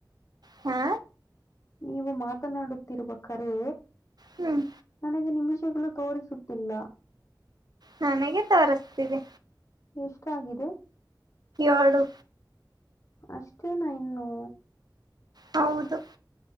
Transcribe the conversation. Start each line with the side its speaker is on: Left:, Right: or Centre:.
Right: ಹಾ.
Left: ನೀವು ಮಾತನಾಡುತ್ತಿರುವ ಕರೆ
Right: ಹ್ಮ್
Left: ನನಗೆ ನಿಮಿಷ. ಗಳು ತೋರಿಸುತ್ತಿಲ್ಲ.
Right: ನನಗೆ ತೋರಿಸ್ತಿದೆ.
Left: ಎಷ್ಟಾಗಿದೆ.
Right: ಏಳು.
Left: ಅಷ್ಟೇನ ಇನ್ನು.
Right: ಹೌದು.